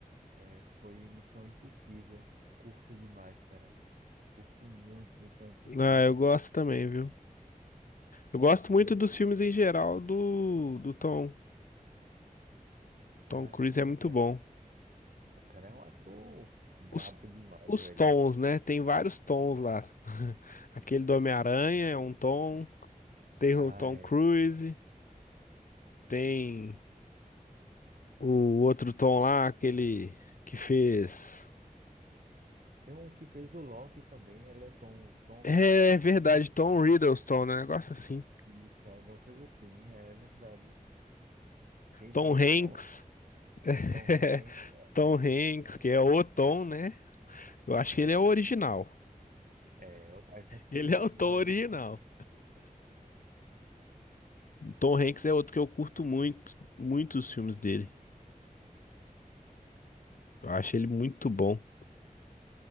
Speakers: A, on the right; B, on the left.
A: é, foi Missão Impossível. Curto demais, cara. Curto muito Missão Impossível,
B: Ah, eu gosto também, viu? Eu gosto
A: porque,
B: muito dos filmes em geral do, do Tom.
A: assim,
B: Tom Cruise é muito
A: é,
B: bom.
A: o cara é um ator brabo
B: Os,
A: demais,
B: os
A: velho.
B: tons, né? Tem vários tons lá. <laughs> Aquele do Homem-Aranha é um tom. Tem
A: Ah,
B: o Tom
A: é.
B: Cruise. Tem o outro Tom lá, aquele que fez.
A: Tem um que fez o Loki também, ele é Tom, Tom,
B: É verdade, Tom Riddleston, né? Negócio assim.
A: Isso, alguma coisa assim, é verdade. Tem
B: Tom
A: vários
B: Hanks.
A: tons. Tom
B: <laughs>
A: Hanks
B: Tom
A: é,
B: Hanks, que é o Tom, né? Eu acho
A: é,
B: que ele é o original.
A: é, é o mais antigo,
B: Ele é o Tom
A: o mais
B: original.
A: antigo.
B: Tom Hanks é outro que eu curto muito, muitos filmes dele. Eu acho ele muito bom.